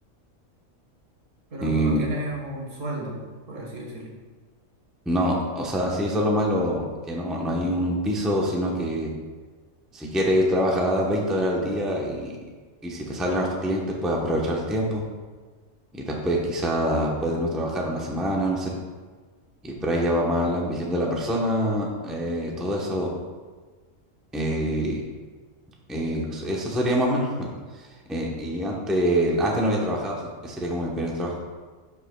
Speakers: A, on the right; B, in the centre.
A: Pero
B: Y
A: tú no tienes un sueldo, por así decirlo.
B: no, o sea, sí, eso es lo malo, que no, no hay un piso, sino que si quieres trabajas 20 horas al día y, y si te salen hartos clientes puedes aprovechar ese tiempo y después quizás puedes no trabajar una semana, no sé. Y, pero ahí ya va más la ambición de la persona, eh, todo eso. eh, Eh, pues, eso sería más o menos. <laughs> Eh, y antes, antes no había trabajado, sí. Ese sería como mi primer trabajo.